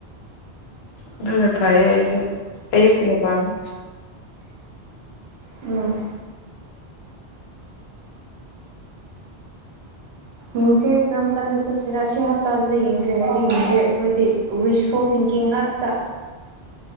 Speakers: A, on the left; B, on the right.
A: ꯑꯗꯨꯅ ꯐꯩꯌꯦ ꯑꯩꯁꯨ ꯑꯌꯨꯛꯀꯤꯅ ꯄꯥꯝꯃꯦ
B: ꯑꯝ ꯌꯦꯡꯁꯦ ꯀꯔꯝ ꯀꯥꯟꯗ ꯆꯠꯁꯤꯔ ꯑꯁꯤ ꯍꯞꯇꯗꯨꯗꯗꯤ ꯌꯦꯡꯁꯦ ꯍꯥꯏꯔꯗꯤ ꯌꯦꯡꯁꯦ ꯑꯩꯈꯣꯏꯗꯤ ꯋꯁ ꯐꯣꯔ ꯊꯤꯡꯀꯤꯡ ꯉꯥꯛꯇ